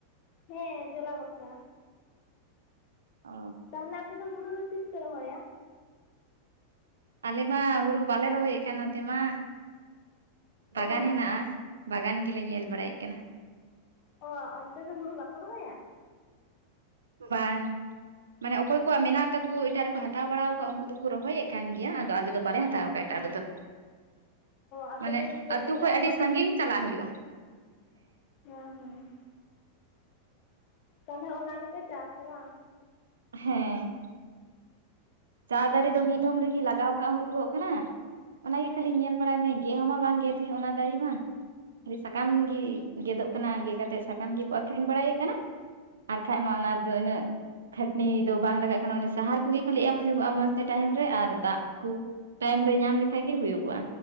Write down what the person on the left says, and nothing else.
ᱦᱮᱸ ᱡᱚᱞᱟ ᱵᱟᱠᱷᱨᱟ
ᱛᱟᱦᱚᱞᱮ ᱟᱯᱮ ᱫᱚ ᱦᱩᱲᱩ ᱫᱚ ᱛᱤᱥ ᱯᱮ ᱨᱚᱦᱚᱭᱟ?
ᱚ
ᱚ ᱚᱱᱛᱮ ᱫᱚ ᱦᱩᱲᱩ ᱵᱟᱠᱚ ᱨᱚᱦᱚᱭᱟ?
ᱟᱯᱮ
ᱫᱚ ᱥᱩᱫᱩ ᱚᱱᱮ
ᱪᱟ
ᱵᱟᱜᱟᱱ
ᱦᱮᱸ ᱦᱩᱸ <inaudible> ᱛᱟᱦᱚᱞᱮ ᱚᱱᱟ ᱜᱮᱯᱮ ᱪᱟᱥᱟ ᱵᱟᱝ
ᱦᱮᱸ